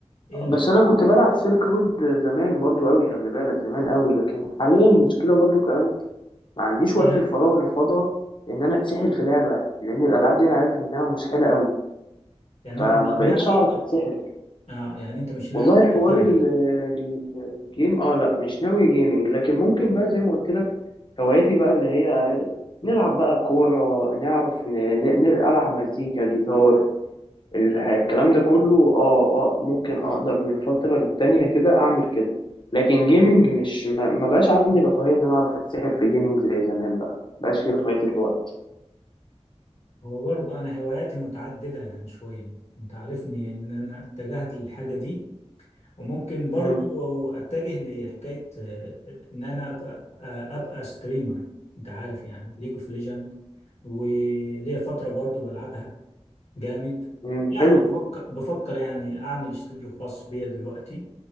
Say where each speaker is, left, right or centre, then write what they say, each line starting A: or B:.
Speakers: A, on the left (about 70°); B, on the left (about 45°).
A: الف
B: بس انا كنت بلعب سيلك رود زمان برضو قوي خلي بالك زمان قوي لكن حاليا المشكله برضو كمان ما عنديش
A: يعني
B: وقت الفراغ الفضا ان انا اتسحل في لعبه لان الالعاب دي انا عارف انها مسحله قوي
A: يعني
B: فما
A: انت مش
B: بقتش
A: ناوي
B: اعرف اتسحل
A: اه يعني انت مش ناوي
B: والله حوار
A: ترجع
B: ال- الجيم اه لا مش ناوي جيمنج لكن ممكن بقى زي ما قلت لك هواياتي بقى اللي هي نلعب بقى كوره نعرف ن... ن... نلعب مزيكا جيتار ال- الكلام ده كله اه اه ممكن اقدر من فترة للتانية كده اعمل كده لكن جيمنج مش ما, ما بقاش عندي رفاهية ان انا اعرف اتسحر في جيمنج زي زمان بقى ما بقاش في رفاهية الوقت
A: هو برضه انا هواياتي متعدده يعني شويه انت عارفني ان انا اتجهت للحاجه دي وممكن برضه
B: امم
A: اتجه لحكايه آه، ان انا ابقى آه، ابقى ستريمر انت عارف يعني ليج اوف ليجند وليا فتره برضه بلعبها جامد
B: امم
A: يعني
B: حلو
A: بفكر بفكر يعني اعمل استوديو خاص بيا دلوقتي